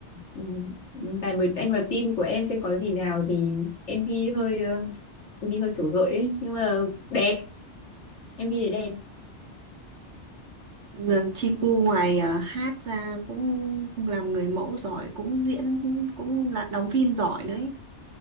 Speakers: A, on the left; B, on the right.
A: ừ, tài mời anh vào team của em xem có gì nào thì em vi hơi ờ, em vi hơi kiểu gợi ấy nhưng mà đẹp em vi thì đẹp
B: Là Chi Pu ngoài à, hát ra cũng làm người mẫu giỏi cũng diễn cũng, cũng là đóng phim giỏi nữa ấy.